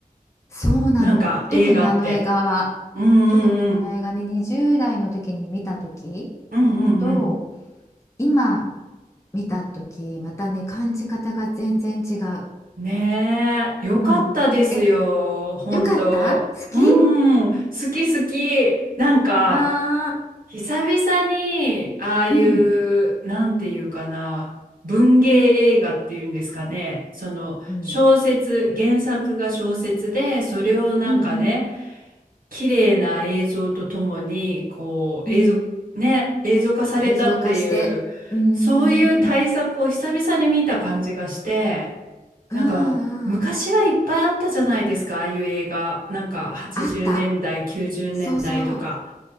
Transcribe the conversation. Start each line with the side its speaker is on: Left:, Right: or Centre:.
Left: そうなの。
Right: なんか映画って。
Left: 特にあの映画は、
Right: うんうんうん。
Left: 特にあの映画ね、20代の時に見た時
Right: うんうんう
Left: と、今見た時、またね、感じ方が全然違う。
Right: ん。ねえ、よかったですよ。
Left: うん。え、
Right: 本当。
Left: よかった好き
Right: うんうん。好き好き。なんか、
Left: ああ
Right: 久々に、ああいう、
Left: ー、うん。
Right: なんていうかな、文芸映画っていうんですかね。その、
Left: うん。
Right: 小説、原作が小説で、それをなんかね、
Left: うんうん
Right: 綺麗な映像とともに、こう、
Left: うん。
Right: 映像、ね、映像化されたっていう、
Left: 映像化して。うんうんうんうん。
Right: そういう対策を久々に見た感じがして、
Left: うんうん。
Right: なんか、昔はいっぱいあったじゃないですか、ああいう映画。なんか、80年代、
Left: あった。
Right: 90年代とか。
Left: そうそう。